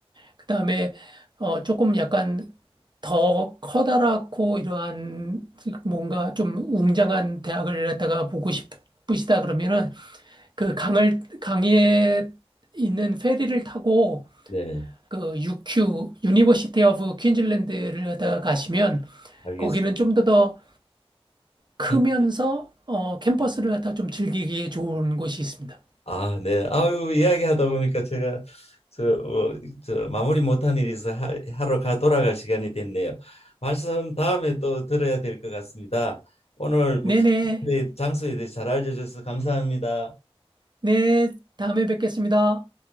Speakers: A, on the right; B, on the left.
A: 그다음에 어 조금 약간 더 커다랗고 이러한 뭔가 좀 웅장한 대학을 갖다가 보고 싶으시다 그러면은 그 강을 강에 있는 페리를 타고
B: 네,
A: 그 유큐 유니버시티 오브 퀸즐랜드를 갖다가 가시면
B: 알겠습니다.
A: 거기는 좀 더 더 크면서
B: 퀸-
A: 어 캠퍼스를 갖다가 좀 즐기기에 좋은 곳이 있습니다.
B: 아, 네. 아유, 이야기하다 보니까 제가 저, 어, 저 마무리 못한 일이 있어 하, 하러 가 돌아갈 시간이 됐네요. 말씀 다음에 또 들어야 될 것 같습니다. 오늘 뭐
A: 네네.
B: 기타에 대해- 장소에 대해 잘 알려줘서 감사합니다.
A: 네, 다음에 뵙겠습니다.